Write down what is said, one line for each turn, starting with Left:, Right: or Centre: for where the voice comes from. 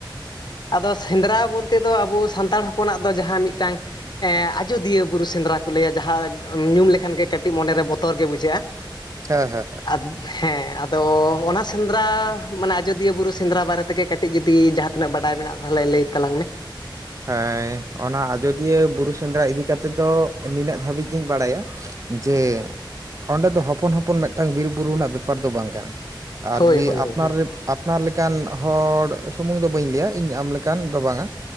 Left: ᱟᱫᱚ ᱥᱮᱸᱫᱽᱨᱟ ᱵᱚᱞᱛᱮ ᱫᱚ ᱟᱵᱚ ᱥᱟᱱᱛᱟᱲ ᱦᱚᱯᱚᱱᱟᱜ ᱫᱚ ᱡᱟᱦᱟᱸ ᱢᱤᱫ ᱴᱟᱝ ᱟᱡᱚᱫᱤᱭᱟᱹ ᱵᱩᱨᱩ ᱥᱮᱸᱫᱽᱨᱟ ᱠᱚ ᱞᱟᱹᱭᱟ ᱡᱟᱦᱟᱸ ᱧᱩᱢ ᱞᱮᱠᱷᱟᱱ ᱜᱮ ᱠᱟᱹᱴᱤᱡ ᱢᱚᱱᱮᱨᱮ ᱵᱚᱛᱚᱨ ᱜᱮ ᱵᱩᱡᱷᱟᱹᱜᱼᱟ᱾
Right: ᱦᱮᱸ ᱦᱮᱸ ᱦᱮᱸ
Left: ᱟᱫᱽ ᱦᱮᱸ ᱟᱫᱚ ᱚᱱᱟ ᱥᱮᱸᱫᱽᱨᱟ ᱢᱟᱱᱮ ᱟᱡᱚᱫᱤᱭᱟᱹ ᱵᱩᱨᱩ ᱥᱮᱸᱫᱽᱨᱟ ᱵᱟᱨᱮ ᱛᱮᱜᱮ ᱠᱟᱹᱴᱤᱡ ᱠᱟᱹᱴᱤᱡ ᱡᱩᱫᱤ ᱡᱟᱦᱟᱸ ᱛᱤᱱᱟᱹᱜ ᱵᱟᱰᱟᱭ ᱢᱮᱱᱟᱜᱼᱟ, ᱛᱟᱦᱞᱮ ᱞᱟᱹᱭ ᱛᱟᱞᱟᱝ ᱢᱮ᱾
Right: ᱦᱮᱸ ᱚᱱᱟ ᱟᱡᱳᱫᱤᱭᱟᱹ ᱵᱩᱨᱩ ᱥᱮᱸᱫᱽᱨᱟ ᱤᱫᱤ ᱠᱟᱛᱮᱫ ᱫᱚ ᱱᱤᱱᱟᱹᱜ ᱫᱷᱟᱹᱵᱤᱡ ᱜᱤᱧ ᱵᱟᱲᱟᱭᱟ ᱡᱮ ᱚᱸᱰᱮ ᱫᱚ ᱦᱚᱯᱚᱱ ᱦᱚᱯᱚᱱ ᱢᱤᱫ ᱴᱟᱝ ᱵᱤᱨᱼᱵᱩᱨᱩ ᱨᱮᱱᱟᱜ ᱵᱮᱯᱟᱨ ᱫᱚ ᱵᱟᱝ ᱠᱟᱱᱟ᱾ ᱟᱨ
Left: ᱦᱳᱭ
Right: ᱡᱮ
Left: ᱦᱳᱭ ᱦᱳᱭ
Right: ᱟᱯᱱᱟᱨ
Left: ᱦᱮᱸ
Right: ᱨᱮ ᱟᱯ ᱟᱯᱱᱟᱨ ᱞᱮᱠᱟᱱ ᱦᱚᱲ ᱥᱩᱢᱩᱝ ᱫᱚ ᱵᱟᱹᱧ ᱞᱟᱹᱭᱟ ᱤᱧ ᱟᱢ ᱞᱮᱠᱟᱱ ᱫᱚ ᱵᱟᱝᱟ